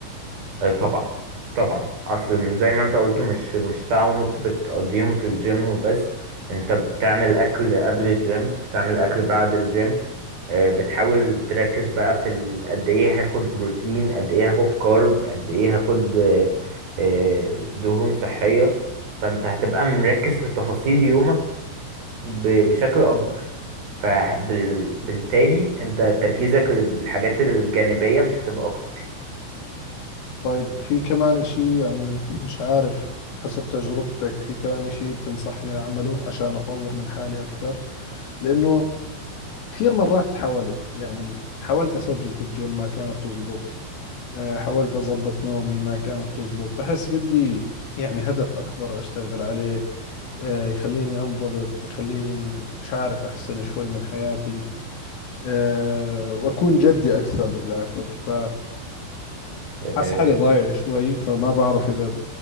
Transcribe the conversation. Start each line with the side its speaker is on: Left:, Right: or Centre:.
Right: آه، طبعا طبعا اصل زي ما انت قلت مش مش ساعة ونص بتقضيهم في الجيم وبس انت بتعمل اكل قبل الجيم بتعمل اكل بعد الجيم آه، بتحاول تركز بقى في ال- قد ايه هاخد بروتين قد ايه هاخد كارب قد ايه هاخد آه، آه، دهون صحية فانت هتبقى مركز في تفاصيل يومك ب- بشكل اكبر فبالتالي انت تركيزك للحاجات الجانبية مش هتبقى اكتر
Left: طيب في كمان إشي يعني مش عارف حسب تجربتك في كمان إشي بتنصحني أعمله عشان أطور من حالي أكثر لأنه كثير مرات حاولت يعني حاولت أسجل في الجيم ما كانت تزبط آه، حاولت أضبط نومي ما كانت تزبط بحس بدي يعني هدف أكبر أشتغل عليه آه، يخليني أنضبط يخليني مش عارف أحسن شوي من حياتي آه، وأكون جدي أكثر بالآخر فحس
Right: آه،
Left: حالي ضايع شوي فما بعرف إذا